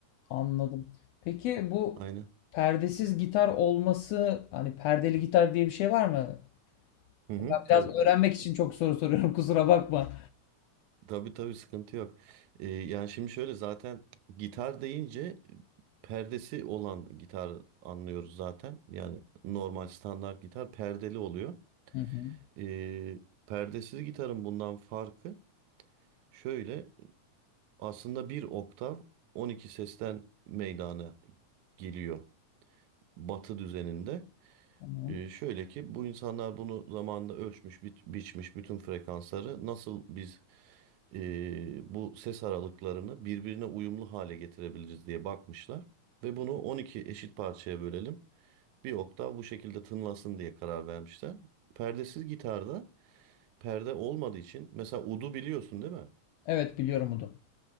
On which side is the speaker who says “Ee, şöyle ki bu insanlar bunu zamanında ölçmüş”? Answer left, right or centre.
Right